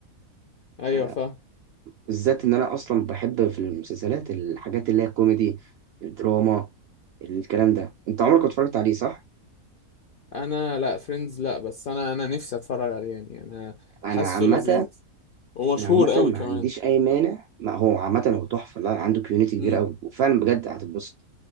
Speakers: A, on the left (about 65°); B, on the right (about 70°).
A: ايوه
B: ف-
A: فاهم
B: بالذات ان انا اصلا بحب في المسلسلات الحاجات اللي هي كوميدي الدراما الكلام ده انت عمرك ما اتفرجت عليه صح
A: انا لا فريندز لا بس انا انا نفسي اتفرج عليه يعني انا
B: انا
A: حاسه
B: عامة
A: لذيذ ومشهور
B: انا عامة
A: قوي
B: ما
A: كمان
B: عنديش اي مانع ما هو عامة هو تحفة لا عنده كيونيتي
A: امم
B: كبيرة قوي وفعلا بجد هتتبسط